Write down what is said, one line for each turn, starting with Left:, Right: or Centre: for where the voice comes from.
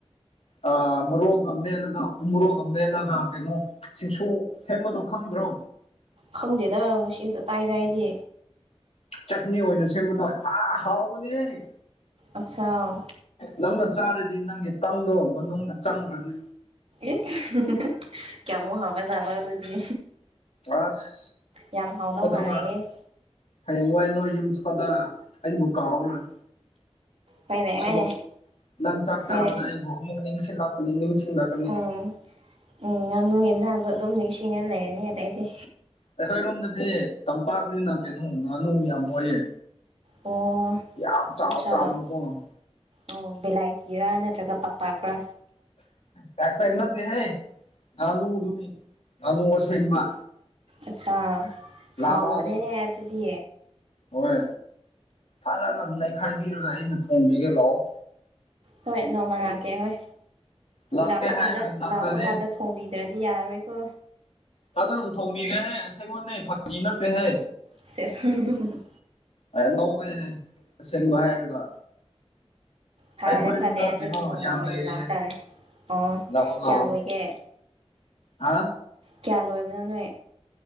Left: ꯑꯥ ꯃꯔꯣꯛꯒ ꯃꯦꯠꯂꯒ ꯎ ꯃꯣꯔꯣꯛꯒ ꯃꯦꯜꯂꯒ ꯀꯩꯅꯣ ꯁꯤꯁꯨ ꯁꯦꯝꯕꯗꯣ ꯈꯪꯗ꯭ꯔꯣ?
Right: ꯈꯪꯗꯦꯗ ꯉꯁꯤꯈꯇ ꯇꯥꯏ ꯑꯩꯗꯤ꯫
Left: ꯆꯠꯅꯤ ꯑꯣꯏꯅ ꯁꯦꯝꯕꯗꯣ ꯊ ꯍꯥꯎꯕꯅꯤꯍꯦ!
Right: ꯑꯠꯆꯥꯥ
Left: ꯅꯪꯅ ꯆꯥꯔꯤꯗꯤ ꯅꯪꯒꯤ ꯇꯪꯗꯣ ꯃꯅꯨꯡꯗ ꯆꯪꯈ꯭ꯔꯅꯤ꯫
Right: ꯏꯁ <unintelligible> ꯀꯌꯥꯃꯨꯛ ꯍꯥꯎꯕ ꯖꯥꯠꯂ ꯑꯗꯨꯗꯤ?
Left: ꯑꯁ
Right: ꯌꯥꯝ ꯍꯥꯎꯗꯧ
Left: ꯑꯗꯨꯒ
Right: ꯃꯥꯜꯂꯦꯍꯦ
Left: ꯍꯌꯦꯡ ꯋꯥꯏ ꯅꯣꯏ ꯌꯨꯝ ꯆꯠꯄꯗ ꯑꯩꯕꯨ ꯀꯥꯎꯔꯣꯏ꯫
Right: ꯍꯣꯏꯅꯦ ꯍꯣꯏꯅꯦ
Left: ꯑꯃꯨꯛ ꯅꯪ ꯆꯥꯛ
Right: ꯍꯣꯏꯅꯦ
Left: ꯆꯥꯕꯗ ꯑꯩꯕꯨ ꯑꯃꯨꯛ ꯅꯤꯡꯁꯤꯡꯂꯛꯄꯅꯤ ꯅꯤꯡꯁꯤꯡꯂꯛ
Right: ꯎꯝ ꯎꯝ ꯉꯥꯅꯨ ꯌꯦꯟꯖꯥꯡꯗꯣ ꯑꯗꯨꯝ ꯅꯤꯡꯁꯤꯡꯉ ꯂꯩꯔꯅꯤ ꯑꯗꯩꯗꯤ꯫
Left: ꯑꯩꯈꯣꯏꯔꯣꯝꯗꯗꯤ ꯇꯝꯄꯥꯛꯅꯤꯅ ꯀꯩꯅꯣ ꯉꯥꯅꯨ ꯌꯥꯝ ꯂꯣꯏꯌꯦ꯫
Right: ꯑꯣ
Left: ꯌꯥꯝ ꯆꯥꯎꯕ
Right: ꯑꯠꯆꯥ
Left: ꯆꯥꯒꯅꯨꯀꯣ ꯫
Right: ꯑꯣ ꯕꯦꯂꯥꯏꯇꯤꯔꯥ ꯅꯠꯇ꯭ꯔꯒ ꯄꯥꯛꯄꯥꯛꯔꯥ?
Left: ꯗꯥꯛꯇꯔ ꯅꯠꯇꯦꯍꯦ ꯉꯥꯅꯨ ꯗꯨꯅꯤ ꯉꯥꯅꯨ ꯑꯁꯦꯡꯕ꯫
Right: ꯑꯠꯆꯥꯥ
Left: ꯂꯥꯕꯗꯣ
Right: ꯍꯥꯎꯕꯅꯦ ꯑꯗꯨꯗꯤ꯫
Left: ꯍꯣꯏ ꯐꯖꯅ ꯅꯩꯈꯥꯏꯕꯤꯔꯒ ꯑꯩꯅ ꯊꯣꯡꯕꯤꯒꯦ ꯂꯥꯛꯑꯣ꯫
Right: ꯍꯣꯏ ꯅꯣꯡꯃ ꯂꯥꯛꯀꯦ ꯍꯣꯏ
Left: ꯂꯥꯛꯀꯦ
Right: ꯂꯥꯞꯄ
Left: ꯍꯥꯏꯔꯒ
Right: ꯀꯥꯟꯗ
Left: ꯂꯥꯛꯇ꯭ꯔꯗꯤ
Right: ꯂꯥꯞꯄ ꯀꯥꯟꯗ ꯊꯣꯡꯕꯤꯗ꯭ꯔꯗꯤ ꯌꯥꯔꯔꯣꯏꯀꯣ
Left: ꯐꯖꯅ ꯊꯣꯡꯕꯤꯒꯦꯍꯦ ꯑꯁꯦꯡꯕꯅꯤ ꯐꯥꯒꯤ ꯅꯠꯇꯦꯍꯦ꯫
Right: ꯁꯦꯖ <unintelligible>
Left: ꯑꯦ ꯅꯤꯛꯑꯦꯍꯦ ꯑꯁꯦꯡꯕ ꯍꯥꯏꯔꯒ
Right: ꯐꯔꯦ
Left: ꯑꯩꯈꯣꯏ ꯌꯨꯝꯗ
Right: ꯐꯔꯦ ꯑꯗꯨꯗꯤ
Left: ꯀꯩꯅꯣ
Right: ꯅꯣꯡꯃ
Left: ꯌꯥꯝ
Right: ꯑꯣꯏꯅ
Left: ꯂꯩꯔꯤꯌꯦ
Right: ꯂꯥꯛꯇꯥꯔꯦ꯫ ꯑꯣ
Left: ꯂꯥꯛꯑꯣ ꯂꯥꯛꯑꯣ
Right: ꯀ꯭ꯌꯥ ꯂꯣꯏꯒꯦ?
Left: ꯍꯥ
Right: ꯀꯌꯥ ꯂꯣꯏꯕꯅꯣ ꯅꯣꯏ?